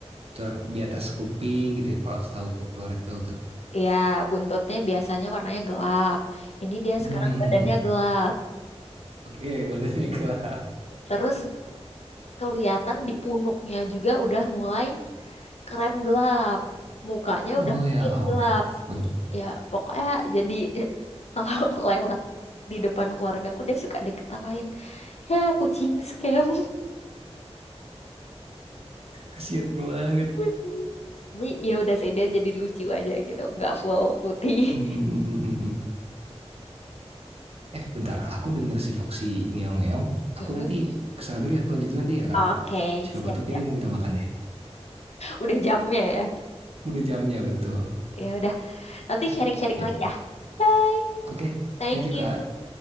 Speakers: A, on the right (about 60°); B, on the left (about 70°).
A: corak di atas kuping gitu ya, kalau setahu kok kalau ragdoll tuh.
B: Ya, buntutnya biasanya warnanya gelap. Ini dia
A: Hmm.
B: sekarang
A: hmm,
B: badannya
A: hmm, hmm.
B: gelap.
A: Oke, badannya gelap.
B: Terus kelihatan di punuknya juga udah mulai krem gelap. Mukanya
A: Oh
B: udah makin
A: ya ampun.
B: gelap. ya pokoknya jadi <laughs> kalau lewat di depan keluargaku dia suka diketawain ya kucing scam
A: Kasian banget.
B: <laughs> tapi ya udah sih dia jadi lucu aja gitu nggak full putih <laughs>
A: Hmm. hmm, hmm, hmm, hmm, hmm. Eh, bentar. Aku denger si Foxy ngeong-ngeong.
B: Mm-mm.
A: Aku nanti kesana dulu ya. Aku lanjut dulu nanti ya, Kak.
B: Oke,
A: Siapa
B: siap-siap.
A: tuh kayak dia mau minta makan deh.
B: Udah jamnya ya.
A: Udah jamnya, betul.
B: Ya udah, nanti
A: Oke.
B: sharing-sharing
A: Ya.
B: lagi ya. Bye.
A: Oke.
B: Thank
A: Thank you, Kak.
B: you.